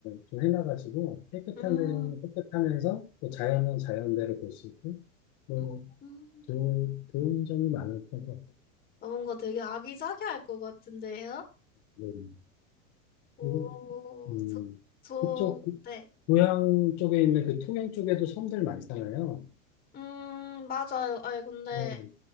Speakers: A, on the left (about 45°); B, on the left (about 25°).
A: 좀 해놔가지고 깨끗한
B: 음,
A: 데는 깨끗하면서 또 자연은 자연대로 볼 수 있고, 뭐
B: 음, 음.
A: 좋은, 좋은 점이 많았던 것 같아요.
B: 어, 뭔가 되게 아기자기할 것 같은데요?
A: 네.
B: 오,
A: 그리고 음,
B: 저, 저,
A: 그쪽 그-
B: 네.
A: 고향 쪽에 있는 그 통영 쪽에도 섬들 많잖아요.
B: 음, 맞아요. 아니, 근데
A: 뭐,